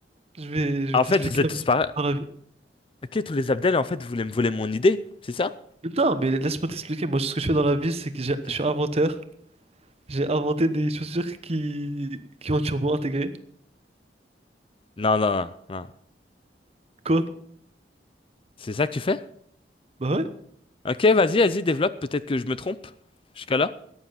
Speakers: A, on the right; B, on the left.
A: je vais, je vais
B: en
A: t'expliquer
B: fait, vous êtes
A: un peu
B: tous
A: ce
B: pareils.
A: que je fais dans la vie.
B: Ok, tous les Abdel, en fait, vous voulez me voler mon idée, c'est ça?
A: Non, mais laisse-moi t'expliquer. Moi, ce que je fais dans la vie, c'est que j'ai-
B: Ok.
A: je suis inventeur. J'ai inventé des chaussures qui, qui ont un turbo intégré.
B: Non, non, non, non.
A: Quoi?
B: C'est ça que tu fais?
A: Bah ouais.
B: Ok, vas-y, vas-y, développe, peut-être que je me trompe. Jusqu'à là?